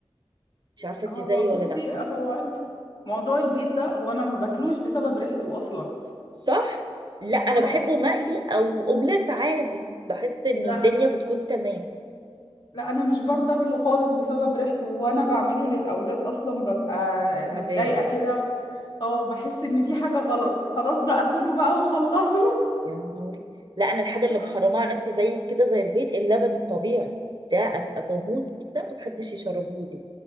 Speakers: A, on the right (about 45°); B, on the left (about 45°).
A: مش عارفة انت
B: هو
A: زيي
B: بصي
A: ولا لا
B: هو موضوع البيض ده هو انا ما باكلوش بسبب ريحته اصلا
A: صح لا انا
B: اه
A: بحبه مقلي او اومليت عادي بحس انه
B: لا
A: الدنيا
B: انا
A: بتكون تمام
B: لا انا مش برضه اكله خالص بسبب ريحته وانا بعمله للاولاد اصلا ببقى
A: تعبانه
B: متضايقه كده اه بحس ان في حاجه غلط خلاص بقى كلوا بقى وخلصوا
A: يا نهاري لا انا الحاجه اللي
B: <laughs>
A: محرمه على نفسي زي كده زي البيض اللبن الطبيعي ده ابقى بموت كده محدش يشربه لي